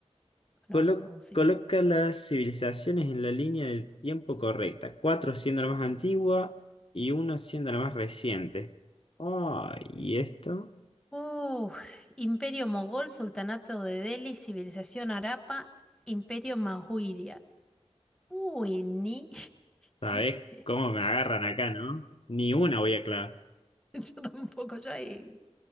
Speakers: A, in the centre; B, on the left.
A: No,
B: Colo-
A: cinco.
B: coloca las civilizaciones en la línea del tiempo correcta. Cuatro siendo la más antigua y uno siendo la más reciente. Ay, ¿y esto?
A: Uh, Imperio Mogol, Sultanato de Delhi, Civilización Arapa, Imperio Mahuria. Uy, ni.
B: ¿Sabés
A: <laughs>
B: cómo me agarran acá, no? Ni una voy a clavar.
A: <laughs> Yo tampoco, yo ahí,